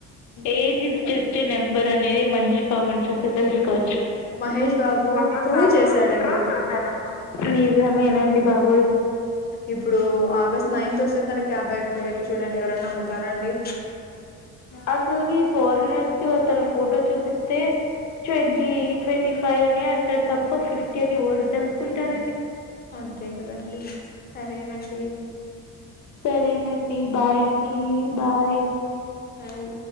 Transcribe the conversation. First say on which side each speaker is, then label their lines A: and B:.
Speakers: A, on the left; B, on the left.
A: ఏజ్ ఇస్ జస్ట్ నెంబర్ అనేది మహేష్ బాబుని చూస్తే తెలుసుకోవచ్చు
B: మహేష్
A: <unintelligible>
B: బాబు ప్రూవ్ చేశాడండి
A: నిజమేనండి బాబోయ్
B: ఇప్పుడు ఆగస్ట్ నైన్త్ వస్తే తనకి యాభై ఒక్క వేళ్ళు చూడండి ఎవరన్నా నమ్ముతారాండి
A: అసలుకి ఫోరినర్స్ కి అతను ఫోటో చూపిస్తే ట్వంటీ
B: హ్మ్.
A: ట్వంటీ ఫైవ్ అని అంటారు తప్ప ఫిఫ్టీ అని ఎవరని తెలుసుకుంటారండి
B: అంతే కదండి సరేనండి
A: సరేనండి బాయ్ అండి బాయ్
B: హయ్